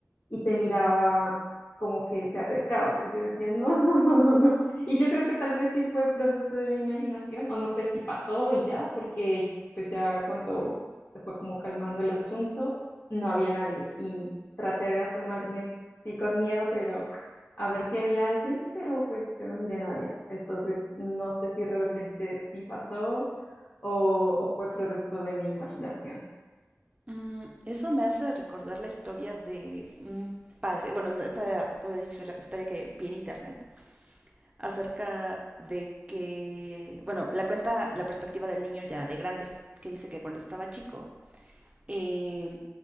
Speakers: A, on the left; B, on the right.
A: y se miraba como que se acercaba, pero yo decía, no, <laughs> no, no, no, no. Y yo creo que tal vez sí fue producto de mi imaginación, o no sé si pasó y ya, porque pues ya cuando se fue como calmando el asunto, no había nadie y traté de asomarme, sí, con miedo, pero a ver si había alguien, pero pues yo no miré a nadie. Entonces, no sé si realmente sí pasó o, o fue producto de mi imaginación.
B: Mm, eso me hace recordar la historia de un padre, bueno, no, esta fue historia historia que vi en internet, acerca de que, bueno, la cuenta la perspectiva del niño ya de grande, que dice que cuando estaba chico, eh,